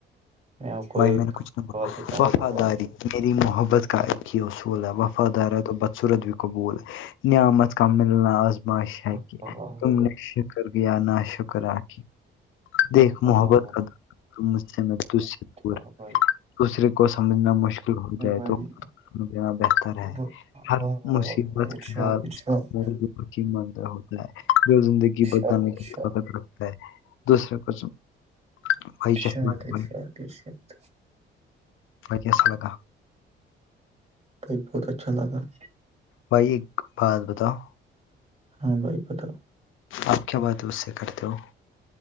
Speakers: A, on the right; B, on the left.
A: میں آپ کو
B: بھائی
A: ایک
B: میں نے کچھ نہیں بولا
A: بات بتاؤں
B: وفاداری
A: گا بھائی
B: میری محبت کا ایکم ہی اصول ہے وفادار ہے تو بدسورت بھی قبول ہے- نعمت کا ملنا آزماش
A: واہ
B: کہ
A: واہ
B: تم نے شکر گیا نا شکرہ-
A: واہ
B: دیکھ
A: واہ واہ
B: محبت
A: واہ واہ،
B: مجھ سے میں- دور
A: ا بئی
B: دوسرے کو سمجھنا مشکل ہو جائے
A: بھائی
B: تو- دینا بہتر ہے
A: واہ
B: ہر
A: واہ واہ
B: مصیبت
A: واہ، ارشاد
B: خیال
A: ارشاد
B: منر ہوتا ہے جو زندگی
A: ارشاد
B: بدلنے
A: ارشاد
B: کر فقت- رتا ہے دوسرے کو بھائی
A: اچھا
B: کیسا لگا
A: اشا
B: بھائی
A: ا اچشاات
B: بیس لگا-
A: بائی بہت اچھا لگا-
B: بھائی ایک بات بتاؤ-
A: ہاں بائی پتاؤ-
B: آپ کیا بات ہے اس سے کرتے ہو-